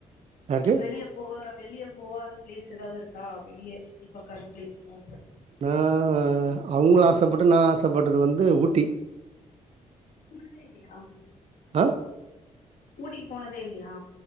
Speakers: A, on the right; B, on the left.
A: யாருக்கு
B: வெளியே போ இப்ப வெளிய போவாத பிளேஸ் எதாவ்து இருக்கா வெளிய சுத்தி பாக்காத பிளேஸ் இருக்கா
A: ஹ அவங்களு ஆசப்பட்டு நானு ஆசப்பட்டது வந்து ஊட்டி
B: ஃபுல் டே இல்லயா
A: ஆ
B: ஊட்டிக்கு போனதே இல்லயா